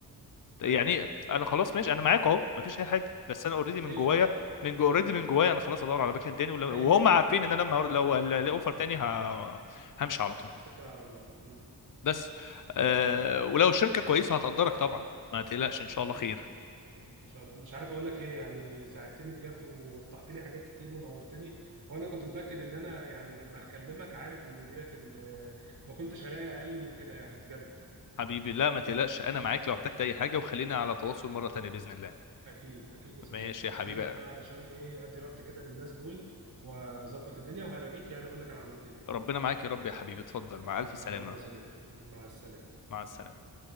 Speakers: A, on the left; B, on the right.
A: يعني
B: ايوه فاهم
A: انا
B: فاهم
A: خلاص ماشي انا معاك اهو مفيش اي حاجه بس انا اوريدي من
B: هي
A: جوايا
B: واضحه
A: من جو اوريدي
B: مم.
A: من جوايا انا خلاص ادور على مكان تاني ولا- وهم
B: اي اوفر
A: عارفين
B: هلاقيه
A: ان انا لما هر-
B: اه
A: لو الاقي اوفر تاني ه- همشي على طول
B: هتكل على الله مم.
A: بس أه
B: يا
A: ولو الشركه كويسه هتقدرك طبعا ما تقلقش ان شاء
B: اكيد
A: الله خير
B: ان شاء الله مش عارف اقول لك ايه يعني ساعدتني بجد ووضحت لي حاجات كتير ونورتني وانا كنت متاكد ان انا يعني لما هكلمك عارف ان ديت ال- ما كنتش هلاقي اقل من كده يعني بجد
A: حبيبي لا ما تقلقش انا
B: أم،
A: معاك لو احتجت اي حاجه وخلينا على تواصل مره تانيه باذن الله
B: اكيد اكيد يا صديقي
A: ماشي
B: استاذنك
A: يا حبيبي
B: بقى علشان ايه ادي رد كده للناس دول واظبط الدنيا وهلاقيك يعني اقول لك انا عملت ايه
A: ربنا معاك يا رب يا حبيبي اتفضل مع الف
B: يا
A: سلامه
B: رب يا صديقي مع السلامه
A: مع السلامه